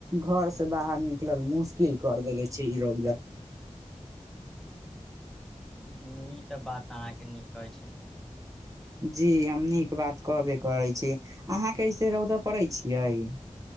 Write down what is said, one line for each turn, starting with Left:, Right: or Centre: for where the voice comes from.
Right: घर से बाहर निकलल मुश्किल कर देेले छै ई रौदा
Centre: ह ई तऽ बात अहाँके नीक कहै छै
Right: जी हम नीक बात कहबे करै छी अहाँके ऐसे रौदा पड़ै छियै